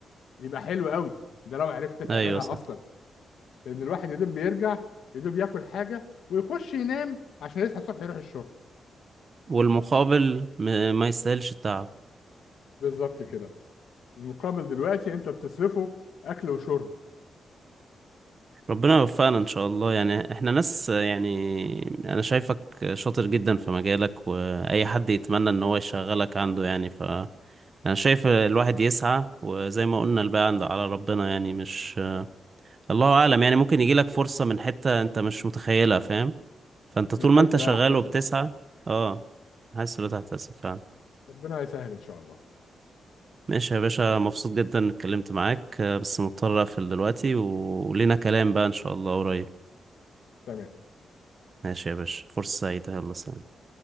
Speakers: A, on the left; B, on the right.
A: يبقى حلو قوي ده لو عرفت تعملها
B: ايوه صح
A: اصلا لان الواحد يا دوب بيرجع يا دوب ياكل حاجه ويخش ينام عشان يصحى الصبح يروح الشغل
B: والمقابل م- ما يستاهلش التعب
A: بالظبط كده المقابل دلوقتي انت بتصرفه اكل وشرب
B: ربنا يوفقنا ان شاء الله يعني احنا ناس يعني انا شايفك شاطر جدا في مجالك واي حد يتمنى ان هو يشغلك عنده يعني ف انا شايف الواحد يسعى وزي ما قلنا الباقي عند على ربنا يعني مش الله اعلم يعني ممكن يجيلك فرصة من حتة انت مش متخيلها فاهم فانت طول
A: من حيث
B: ما انت
A: لا
B: شغال
A: احتسب
B: وبتسعى اه حاسس إن تحتسب فعلا
A: ربنا يسهل ان شاء الله
B: ماشي يا باشا مبسوط جدا إني اتكلمت معاك آه، بس مضطر اقفل دلوقتي ولينا كلام بقى ان شاء الله قريب
A: تمام
B: ماشي يا باشا فرصة سعيدة يلا سلام